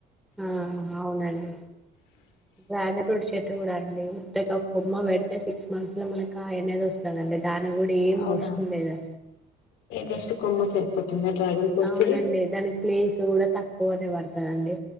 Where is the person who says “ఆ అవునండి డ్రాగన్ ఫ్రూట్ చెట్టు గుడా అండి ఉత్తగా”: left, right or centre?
Centre